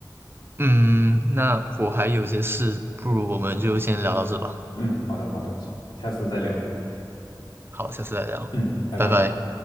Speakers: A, on the right (about 30°); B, on the left (about 85°).
A: 嗯，那我还有些事，不如我们就先聊到这吧，
B: 嗯，好的好的，下次再聊。
A: 好，下次再聊，
B: 嗯，拜拜。
A: 拜拜。